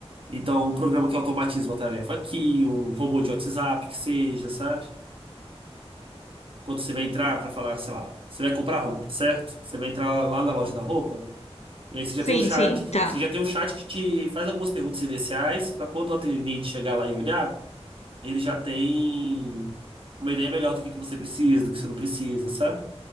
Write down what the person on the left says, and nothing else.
sim,
sim,
tá.